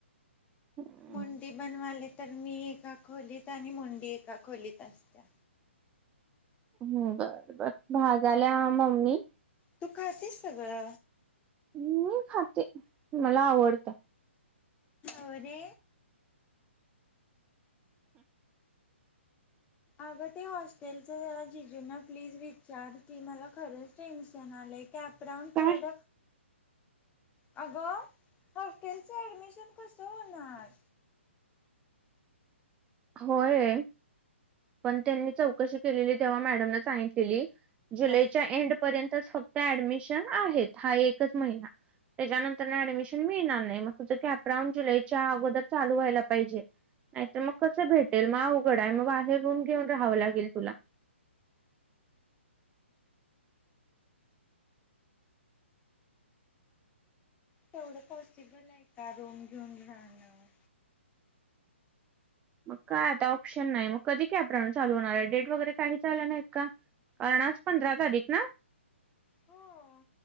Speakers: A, on the right; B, on the left.
A: हम्म
B: मुंडी बनवाले तर मी एका खोलीत आणि मुंडी एका खोलीत असत्या
A: ् बर बरं भा झालं मम्मी
B: तू खतेस सगळं
A: मी खाते मला आवडतं
B: होरे अगं ते हॉस्टेलचं त्यारा जिजूना प्लीज विचार की मला खरंच टेन्शन आलंय कॅपडाऊन
A: काय
B: थड अगं हॉस्टेलचं ऍडमिशन कसं होणार
A: होय पण त्यांनी चौकशी केलेली तेव्हा मॅडमला सांगितलेली जुलैच्या
B: ह
A: एंड पर्यंत फक्त ऍडमिशन आहेत हा एकच महिना त्याच्यानंतर ना ऍडमिशन मिळणार नाही मग तुझं कॅपराऊंड जुलैच्या अगोर चालू व्हायला पाहिजे नाही तर मग कसं भेटेल मग अवघड आहे मग बाहेर रूम घेऊन राहावं लागेल तुला
B: तेवढं पॉसिबल आहे का रूम घेऊन राहणं
A: मग काय आता ऑप्शन नाही मग कधी कॅप राून चालू होणार आहे डेट वगैरे काही चालं नाहीत का कारणाच पंधरा तारीख ना
B: हो